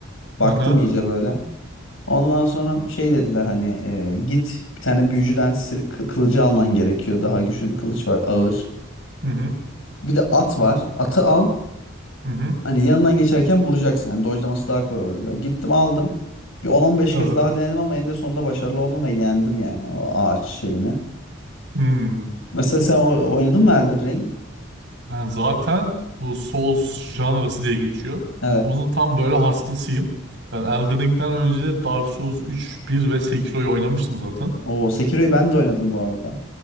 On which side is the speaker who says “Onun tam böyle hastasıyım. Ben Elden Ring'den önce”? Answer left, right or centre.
Right